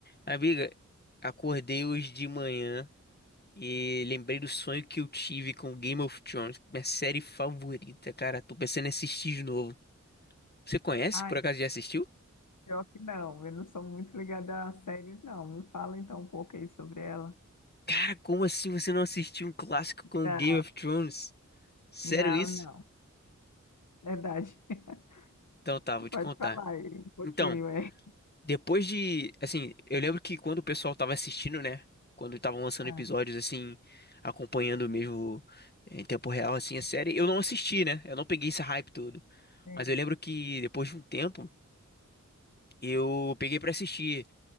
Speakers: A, on the left (about 35°); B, on the left (about 85°).
A: Amiga, acordei hoje de manhã e lembrei do sonho que eu tive com Game of Thrones, minha série favorita, cara. Tô pensando em assistir de novo. Você conhece?
B: Ai,
A: Por acaso já assistiu?
B: pior que não, eu não sou muito ligada a séries, não. Me fala então um pouco aí sobre ela.
A: Cara, como assim você não assistiu um clássico com
B: Não,
A: Game of Thrones? Sério
B: não,
A: isso?
B: não. Verdade. <laughs>
A: Então tá, vou te
B: Pode
A: contar.
B: falar aí um pouquinho,
A: Então,
B: é.
A: Depois de, assim, eu lembro que quando o pessoal tava assistindo, né? Quando estavam lançando
B: Ah,
A: episódios, assim, acompanhando mesmo eh, em tempo real, assim, a série, eu não assisti, né? Eu não peguei esse hype todo.
B: sim.
A: Mas eu lembro que depois de um tempo, eu peguei pra assistir.